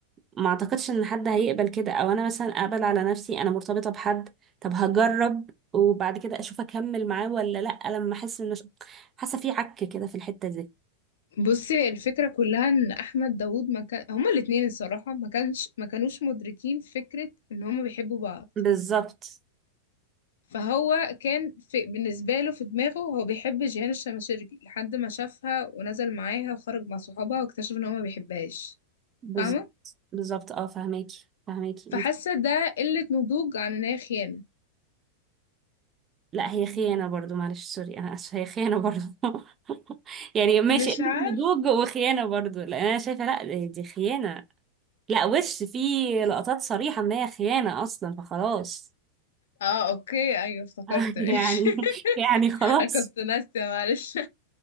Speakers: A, on the right (about 25°); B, on the left (about 60°).
A: ما اعتقدش ان حد هيقبل كده او انا مثلا اقبل على نفسي انا مرتبطه بحد طب هجرب وبعد كده اشوف اكمل معاه ولا لا لما احس ان حاسه في عك كده في الحته دي
B: بصي هي الفكرة كلها ان احمد داوود ما كان هما الاتنين الصراحة ما كانش ما كانوش مدركين فكرة ان هما بيحبوا بعض
A: بالظبط
B: فهو كان في... بالنسبة له في دماغه هو بيحب جيهان الشماشرجي لحد ما شافها ونزل معاها وخرج مع صحابها واكتشف ان هو ما بيحبهاش
A: بالظبط
B: فاهمة
A: بالظبط اه فهماكي فهماكي
B: فحاسة
A: انت
B: ده قلة نضوج عن ان هي خيانة
A: لا هي خيانة برضو معلش سوري انا اسفة هي خيانة برضو <laughs> يعني ماشي
B: مش
A: قلة
B: عارف
A: نضوج وخيانة برضو لان انا شايفة لا دي خيانة لا وش في لقطات صريحة ان هي خيانة اصلا فخلاص
B: اه اوكي ايوه افتكرت
A: <laughs> يعني
B: ماشي <laughs>
A: يعني خلاص
B: انا كنت ناسية معلش <laughs>